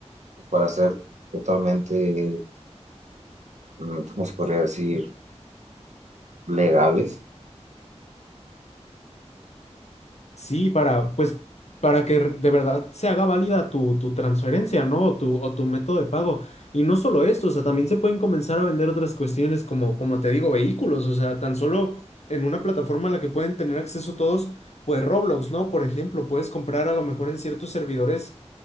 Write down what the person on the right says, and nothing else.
para ser totalmente, mm, ¿cómo se podría decir?, legales.